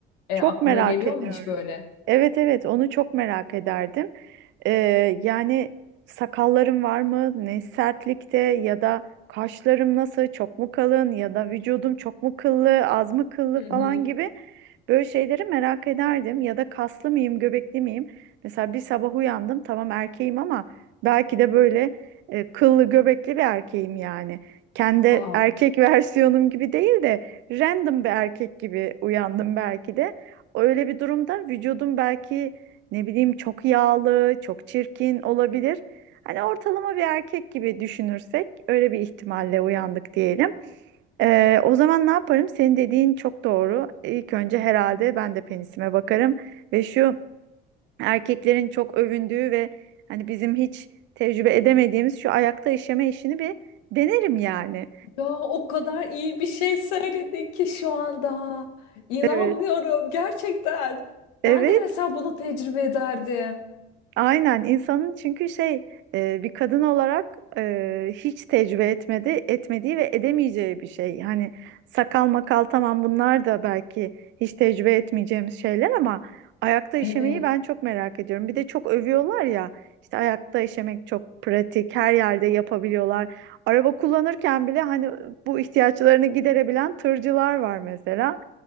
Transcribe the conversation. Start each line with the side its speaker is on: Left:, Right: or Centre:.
Left: E,
Right: Çok
Left: aklına
Right: merak
Left: geliyor
Right: ediyorum.
Left: mu hiç böyle?
Right: Evet evet onu çok merak ederdim. Ee, yani sakallarım var mı? Ne sertlikte ya da kaşlarım nasıl? Çok mu kalın ya da vücudum çok mu kıllı, az mı kıllı
Left: Hı
Right: falan
Left: hı.
Right: gibi böyle şeyleri merak ederdim. Ya da kaslı mıyım, göbekli miyim? Mesela bir sabah uyandım tamam erkeğim ama belki de böyle e, kıllı göbekli bir erkeğim yani. Kendi
Left: Aa.
Right: erkek <laughs> versiyonum gibi değil de random bir erkek gibi uyandım belki de. Öyle bir durumda vücudum belki ne bileyim çok yağlı, çok çirkin olabilir. Hani ortalama bir erkek gibi düşünürsek öyle bir ihtimalle uyandık diyelim. Ee, o zaman ne yaparım? Senin dediğin çok doğru. İlk önce herhalde ben de penisime bakarım ve şu erkeklerin çok övündüğü ve hani bizim hiç tecrübe edemediğimiz şu ayakta işeme işini bir denerim yani.
Left: Ya o kadar iyi bir şey söyledin ki şu anda. İnanmıyorum
Right: Evet.
Left: gerçekten.
Right: Evet.
Left: Ben de mesela bunu tecrübe ederdim.
Right: Aynen insanın çünkü şey e, bir kadın olarak e, hiç tecrübe etmedi, etmediği ve edemeyeceği bir şey. Hani sakal makal tamam bunlar da belki hiç tecrübe etmeyeceğimiz şeyler ama ayakta işemeyi
Left: Evet.
Right: ben çok merak ediyorum. Bir de çok övüyorlar ya işte ayakta işemek çok pratik, her yerde yapabiliyorlar. Araba kullanırken bile hani bu ihtiyaçlarını giderebilen tırcılar var mesela.